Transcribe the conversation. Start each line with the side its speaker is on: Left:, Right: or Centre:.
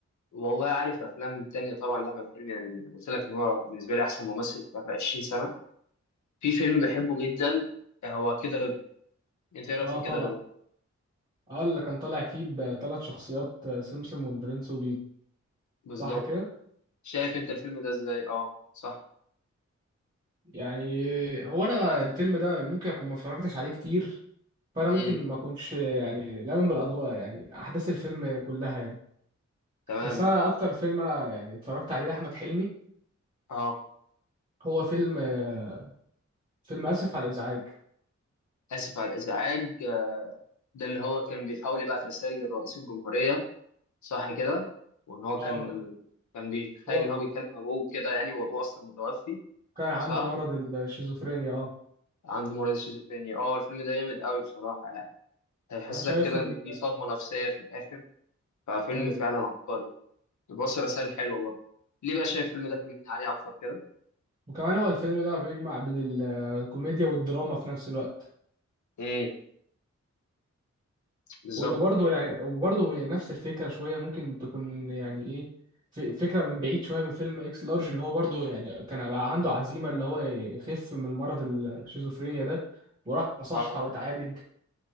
Left: والله عارف افلام تانية طبعا لاحمد حلمي يعني قلت لك ان هو بالنسبه لي احسن ممثل في اخر 20 سنه في فيلم بحبه جدا هو كده رضا انت ايه رايك
Right: اه
Left: في كده
Right: طبعا
Left: رضا
Right: اه اللي كان طالع فيه بثلاث شخصيات آه، سمسم والبرنس وبيبو
Left: بالظبط
Right: صح كده
Left: شايف انت الفيلم ده ازاي اه صح
Right: يعني هو انا الفيلم ده ممكن اكون ما اتفرجتش عليه كتير فانا ممكن
Left: امم
Right: ما اكونش يعني لامن بالاضواء يعني احداث الفيلم كلها يعني
Left: تمام
Right: بس انا اكتر فيلم انا يعني اتفرجت عليه لاحمد حلمي
Left: اه
Right: هو فيلم آه، فيلم اسف على الازعاج
Left: اسف على الازعاج ده اللي هو كان بيحاول يبعت رساله لرئيس الجمهوريه صح كده وان هو
Right: اه
Left: كان كان بيتخيل
Right: هو
Left: ان هو بيكلم ابوه كده يعني وابوه اصلا متوفي
Right: كان عنده
Left: صح
Right: مرض الشيزوفرينيا اه
Left: عنده مرض الشيزوفرينيا اه الفيلم ده جامد قوي بصراحه يعني. هيحسسك
Right: انا شايف
Left: كده
Right: من
Left: إن في صدمة نفسية في الآخر ففيلم
Right: ايوه
Left: فعلا عبقري بيوصل رسائل حلوة برضه ليه بقى شايف الفيلم ده كلمني عليه أكتر كده؟
Right: وكمان هو الفيلم ده بيجمع بين الكوميديا والدراما في نفس الوقت
Left: امم بالظبط
Right: وان برضه يعني وبرضه هي نفس الفكره شويه ممكن تكون يعني ايه ف- فكره من بعيد شويه من فيلم اكس لارج اللي هو برضه يعني كان بقى عنده عزيمه اللي هو يخف من مرض الشيزوفرينيا ده وراح صح
Left: اه
Right: واتعالج